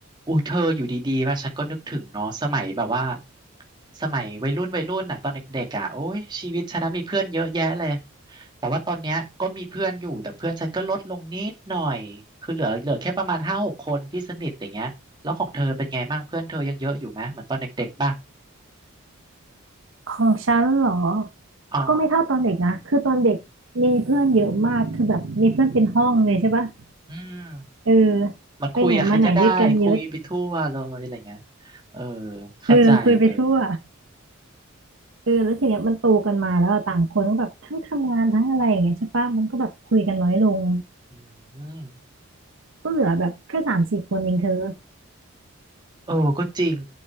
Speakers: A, on the right; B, on the right.
A: อู้เธออยู่ดีๆมาฉันก็นึกถึงเนาะสมัยแบบว่าสมัยวัยรุ่นวัยรุ่นน่ะตอนเด็กๆอ่ะโอ้ยชีวิตฉันนะมีเพื่อนเยอะแยะเลยแต่ว่าตอนเนี้ยก็มีเพื่อนอยู่แต่เพื่อนฉันก็ลดลงนิดหน่อยคือเหลือเหลือแค่ประมาณห้าหกคนที่สนิทอย่างเงี้ยแล้วของเธอเป็นไงบ้างเพื่อนเธอยังเยอะอยู่ไหมเหมือนตอนเด็กๆป่ะ
B: ของฉันเหรอ
A: อ๋อ
B: ก็ไม่เท่าตอนเด็กนะคือตอนเด็กมีเพื่อนเยอะมากคือแบบมีเพื่อนเป็นห้องเลยใช่ปะ
A: อืม
B: เออ
A: มันคุยกับใครก็ได้คุยไปทั่วเลยอะไรเงี้ย
B: ไปไหนมาไหนด้วยกันเยอะ
A: เออเข้าใจเลย
B: เออคุยไปทั่วเออแล้วทีเนี้ยมันโตกันมาแล้วอะต่างคนก็แบบทั้งทำงานทั้งอะไรอย่างเงี้ยใช่ปะมันก็แบบคุยกันน้อยลง
A: อืม
B: ก็เหลือแบบแค่สามสี่คนเองเธอ
A: เออก็จริง